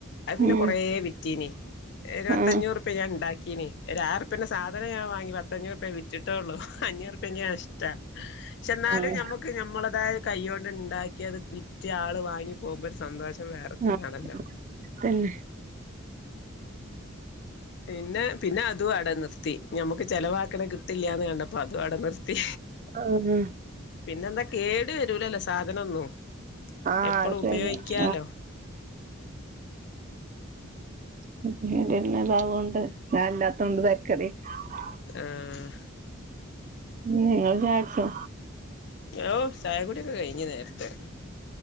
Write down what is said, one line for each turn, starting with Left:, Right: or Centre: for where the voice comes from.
Left: അത് പിന്നെ
Right: ഉം
Left: കൊറേ വിറ്റീന്ന്... ഇരുപത്തഞ്ഞൂറുപ്യ
Right: ആഹ്
Left: ഞൻ ഇണ്ടാകീന്ന് ഒരു ആയിരംഉറപ്പിയെന്റെ സാധനം ഞാൻ വാങ്ങി പത്തഞ്ഞൂറുപ്യ വിറ്റി ട്ടേള്ളൂ... അഞ്ഞൂർപ്യ എനിക്ക് നഷ്ട്ടാ പക്ഷെ എന്നാലും
Right: ഉം
Left: ഞമ്മക്ക് ഞമ്മളേതായ കൈ കൊണ്ട് ഉണ്ടാക്കിയത് വിറ്റ്... <unintelligible> ഓര് ആള് വാങ്ങി പോകുമ്പോ ഒരു സന്തോഷം വേറെ തന്നെയാണല്ലോ..
Right: ആഹ് തന്നെ.
Left: പിന്നെ പിന്നെ അതും അടെ നിർത്തി.. ഞമ്മുക്ക് ചെലവാക്ക്ണ് കിട്ടില്യാന്ന് കണ്ടപ്പ അതും അവിടെ നിർത്തി
Right: ആഹ്
Left: പിന്നെന്തൊ.. കെട് വരൂലല്ലോ സാധനം ഒന്നും..
Right: ആഹ്
Left: എപ്പളും
Right: അത് ശരിയാ
Left: ഉപയോഗിക്കാലോ...
Right: <unintelligible> താവോണ്ട് ഞാൻല്ലാത്തോണ്ട് തരകെട്.. <unintelligible> <unintelligible>
Left: ആഹ്
Right: ഇങ്ങള്ള് ചായ കുടിച്ചോ..
Left: ഓ ചായക്കുടിയൊക്കെ കഴിഞ്ഞു നേരത്തെ